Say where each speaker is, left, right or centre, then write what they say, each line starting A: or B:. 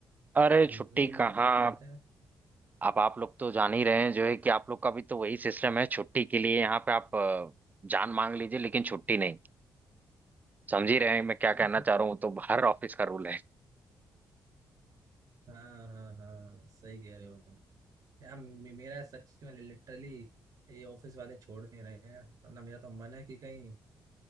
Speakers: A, on the right (about 65°); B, on the right (about 25°).
A: कुछ
B: अरे
A: घूमने
B: छुट्टी
A: वूमने
B: कहाँ
A: का प्लान बनाते हैं
B: अब आप लोग तो जान ही रहे हैं जो है कि आप लोग का भी तो वही सिस्टम है छुट्टी के लिए यहाँ पे आप अ, जान मांग लीजिए लेकिन छुट्टी नहीं समझ ही रहे हैं मैं क्या
A: <laughs>
B: कहना चाह रहा हूँ तो हर ऑफिस का रूल है
A: हाँ हाँ हाँ सही कह रहे हो यार मे- मेरा सच में लिटरली ये ऑफिस वाले छोड़ नहीं रहे हैं वरना मेरा तो मन है कि कहीं